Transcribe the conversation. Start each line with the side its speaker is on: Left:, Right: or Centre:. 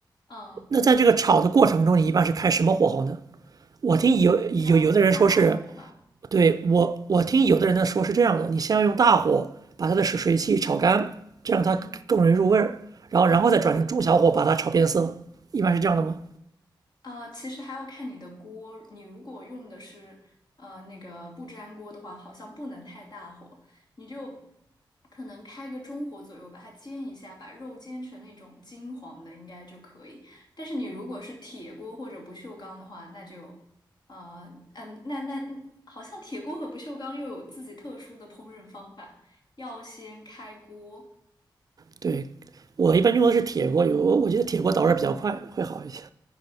Left: 嗯，
Right: 那在这个炒的过程中，你一般是开什么火候呢？我听有有有的人说是，
Left: 要大火吧，
Right: 对我我听有的人呢说是这样的，你先要用大火把它的水水汽炒干，这样它更容易入味儿，
Left: 嗯。
Right: 然后然后再转成中小火把它炒变色，
Left: 对。
Right: 一般是这样的吗？
Left: 呃，其实还要看你的锅。你如果用的是呃那个不粘锅的话，好像不能太大火，你就可能开个中火左右，把它煎一下，把肉煎成那种金黄的，应该就可以。但是你如果是铁锅或者不锈钢的话，那就呃嗯、那那那好像铁锅和不锈钢又有自己特殊的烹饪方法，要先开锅，
Right: 对，我一般用的是铁锅有我觉得铁锅导热比较快，会好一些。